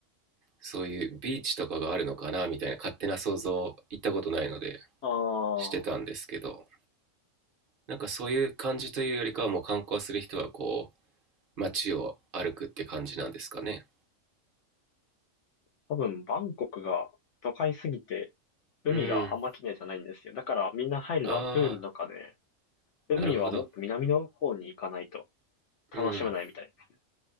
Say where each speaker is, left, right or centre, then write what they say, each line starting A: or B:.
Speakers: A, on the right; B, on the left.
A: そういうビーチとかがあるのかな、みたいな勝手な想像、行ったことないので、
B: ああ。
A: してたんですけど、なんかそういう感じというよりかは、もう観光する人はこう、街を歩くって感じなんですかね。
B: 多分、バンコクが都会すぎて、海があんま綺麗じゃないんですよ。
A: うん。
B: だから、みんな入るのはプールとかで、
A: ああ、
B: 海はもっと南の方に行かないと
A: なるほど。うん。
B: 楽しめないみたいですね。